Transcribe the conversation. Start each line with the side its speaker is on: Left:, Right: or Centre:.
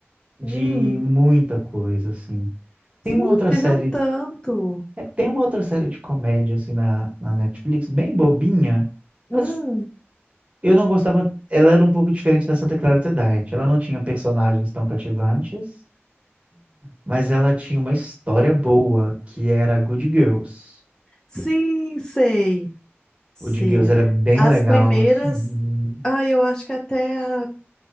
Right: de
Left: Hum.
Right: muita coisa, assim. Tem
Left: Sim,
Right: uma outra
Left: teve
Right: série,
Left: um tanto.
Right: é, tem uma outra série de comédia, assim, na, na Netflix, bem bobinha,
Left: Hum,
Right: mas eu não gostava, ela era um pouco diferente da Santa Clarita Diet. Ela não tinha personagens tão cativantes, mas ela tinha uma história boa, que era Good Girls.
Left: sim, sei. Sim.
Right: Good Girls era bem
Left: As
Right: legal,
Left: primeiras.
Right: assim,
Left: Ah, eu acho que até a...